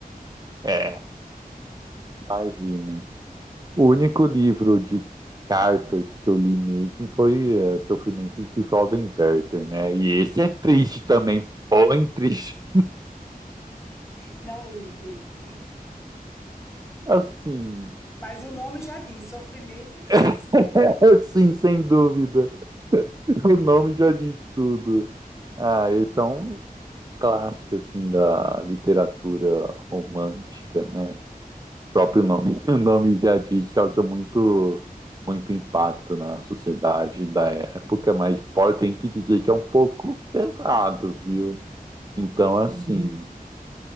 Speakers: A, on the right; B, on the left.
A: É. Imagina.
B: <laughs>
A: O único livro de cartas que eu li mesmo foi é, Sofrimentos do Jovem Werther, né? E esse é triste também, bom triste.
B: Não li esse.
A: Assim,
B: Mas o nome já diz, Sofrimentos.
A: <laughs> Sim, sem dúvida. <laughs> O nome já diz tudo. Ah, esse é um clássico assim da literatura romântica, né? O próprio
B: Uhum.
A: nome, <laughs> o nome já diz, causa muito muito impacto na sociedade da época, mas pode tem que dizer que é um pouco pesado, viu? Então,
B: Uhum.
A: assim,